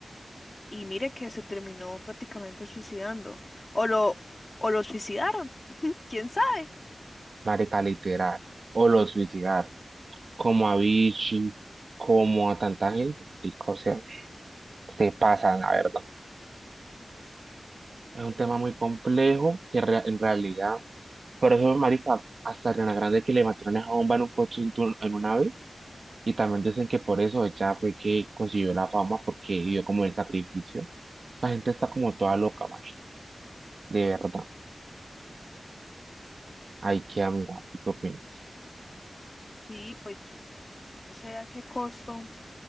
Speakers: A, on the left; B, on the right.
A: Y mire que se terminó prácticamente suicidando. O lo, o lo suicidaron, quién sabe.
B: Marica, literal. O lo suicidaron. como a Vichy, como a tanta gente, marica, o sea, se pasan, la verdad. Es un tema muy complejo que rea- en realidad, por eso, marica, hasta Ariana Grande que le metieron esa bomba en un coche en, tu- en un ave, y también dicen que por eso ella fue que consiguió la fama, porque dio como el sacrificio. La gente está como toda loca, marica, de verdad. Hay que mirar, ¿tú qué opinas?
A: Sí, pues no sé a qué costo